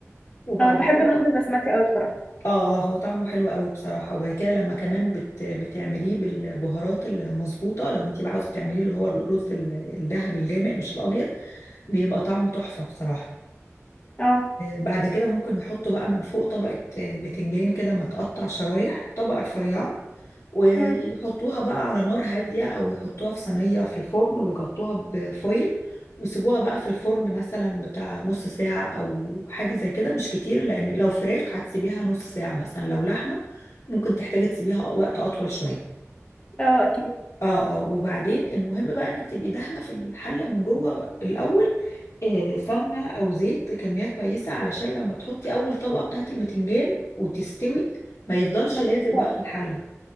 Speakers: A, on the left; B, on the left.
A: وبعد
B: اه انا بحب
A: كده
B: الرز البسمتي قوي بصراحة
A: اه هو طعمه حلو قوي بصراحة وبعد كده لما كمان بت بتعمليه بالبهارات المظبوطة لو انت بقى عاوزة تعمليه اللي هو الرز ال- الذهبي الغامق مش الأبيض بيبقى طعمه تحفة بصراحة
B: اه
A: بعد كده ممكن نحطه بقى من فوق طبقة آه، بتنجان كده متقطع شرايح طبقة رفيعة ويحطوها
B: امم
A: بقى على نار هادية أو يحطوها في صينية في الفرن ويغطوها بفويل ويسيبوها بقى في الفرن مثلا بتاع نص ساعة أو حاجة زي كده مش كتير لأن لو فراخ هتسيبيها نص ساعة مثلا لو لحمة ممكن تحتاجي تسيبيها وقت أطول شوية
B: اه اكيد
A: اه اه وبعدين المهم بقى انك تبقي دهنه في الحله من جوه الاول آه، سمنة أو زيت كمية كويسة علشان لما تحطي أول طبقة بتاعة البتنجان وتستوي ما يفضلش
B: ما
A: لازق
B: تبدأش
A: بقى في الحلة